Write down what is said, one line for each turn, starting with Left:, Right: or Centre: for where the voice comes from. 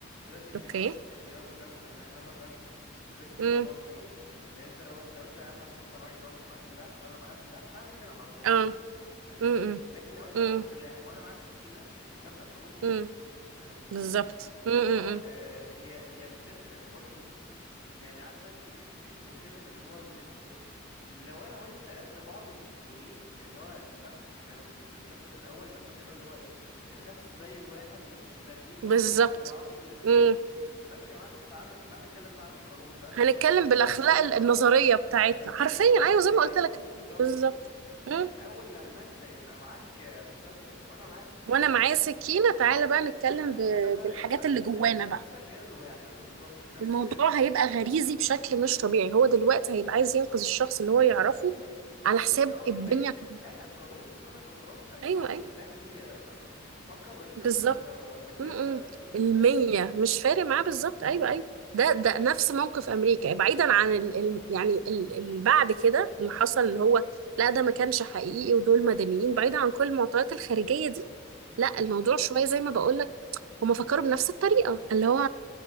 Left: بيقول لك if you
Right: اوكي
Left: have if you have a gun and I have a gun let's
Right: امم
Left: talk about law يعني انت لو لو انت يا عم انت معاك لو انت معاك سلاح وانا معايا سلاح تعال نتكلم عن القانون
Right: اه
Left: فاهماني
Right: امم
Left: لكن لو انت
Right: امم
Left: معاك سلاح وانا معايا سكينة فانت القانون
Right: امم
Left: فاهم فاهمني
Right: بالظبط امم
Left: اللي هو آه هي هي بتفرق برضه يعني عارفه انت ال- بتتكلم اللي هو من ناحيه ايه لو انا وانت قد بعض ومتساويين اللي هو ساعه ال- في في ال- في المشهد الاول لما كان اللي هو ايه الخمسه زي الواحد مش فارقين هما
Right: بالظبط
Left: انا ما اعرفش الاتنين
Right: امم
Left: بس يا معلم تعالى تعالى نتكلم بقى عن القانون بقى اللي
Right: هنتكلم
Left: هو ايه
Right: بالاخلاق
Left: القواعد
Right: ال- النظريه بتاعتنا
Left: الاخلاق
Right: حرفيا
Left: النظريه
Right: ايوه زي ما قلت لك
Left: بالظبط
Right: بالظبط
Left: بالظبط لكن
Right: امم
Left: اول لما انت يبقى معاك مسدس وانا معايا سكينه
Right: وانا معايا سكينه تعالى بقى نتكلم
Left: هنا
Right: ب...
Left: هنا فرقت
Right: بالحاجات
Left: بقى
Right: اللي جوانا
Left: الخمسه
Right: بقى
Left: غير الواحد بالظبط الخمسه
Right: الموضوع
Left: غير الواحد
Right: هيبقى غريزي بشكل مش طبيعي هو دلوقتي هيبقى عايز ينقذ الشخص اللي هو يعرفه على
Left: دلوقتي
Right: حساب
Left: اه
Right: الدنيا
Left: بقيت
Right: كلها.
Left: انا القانون انا ك- خلاص يا
Right: ايوه
Left: معلم
Right: ايوه
Left: ده اخويا فكر بالخمسه
Right: بالظبط
Left: ولا ولا الكام
Right: م-م.
Left: بقى التانيين فاهماني
Right: المية مش فارق معاه بالظبط ايوه ايوه ده ده نفس موقف امريكا بعيدا عن ال ال يعني اللي بعد كده اللي حصل اللي هو لا ده ما كانش حقيقي ودول مدنيين بعيدا عن كل المعطيات الخارجية دي
Left: مهم.
Right: لا الموضوع شوية زي ما بقول لك هم فكروا بنفس الطريقة اللي هو